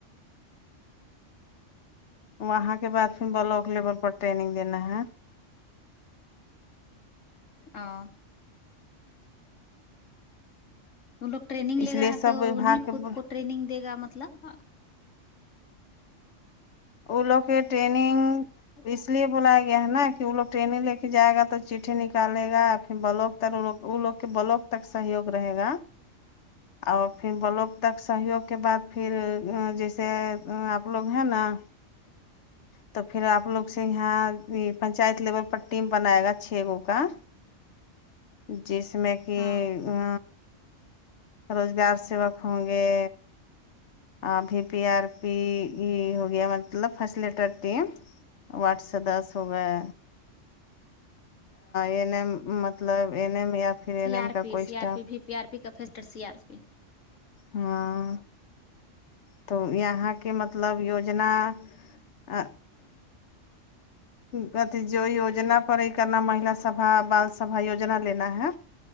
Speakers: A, on the left (about 70°); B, on the left (about 85°).
A: وہاں کے بعد پھر بلوک لیول پر ٹرینگ دینا ہے
B: ہاں وہ لوگ ٹریننگ
A: اس
B: لے
A: لیے
B: رہا
A: سب
B: تھا تو
A: وباگ
B: انہیں
A: کے
B: خود کو ٹریننگ دے گا مطلب
A: او لوک کے ٹرینینگ اس لیے بلایا گیا ہے ناں کہ وہ لوگ ٹرینگ لے کے جائے گا تو چیٹھے نکالے گا ھر بلوک تک وہ لوگ کے بلوک تک سہیوگ رہے گا اور پھر بلوک تک سہیوگ کے بعد پھر جیسے آپ لوگ ہیں ناں تو پھر آپ لوگ سے یہاں پنچایت لیول پر ٹیم بنائے گا چھ لوگ کا جس میں کہ
B: ہاں
A: آ روزگار سیوک ہوں گے ابھی پی آر پی ای ہو گیا مطلب فسٹ لیٹر ٹیم واٹس داس ہوگئے یانی مط لب این ایم یا پھر این
B: سی
A: ایم
B: آر
A: کا
B: پی
A: کوئی
B: C
A: staff
B: R P B P R P کا فیکٹر سی آر پی
A: ہاں تو یہاں کے مطلب یوجنا آ پرتی جو یوجنا پرئی کرنا مہیلا سبا بال سبا یوجنا لینا ہے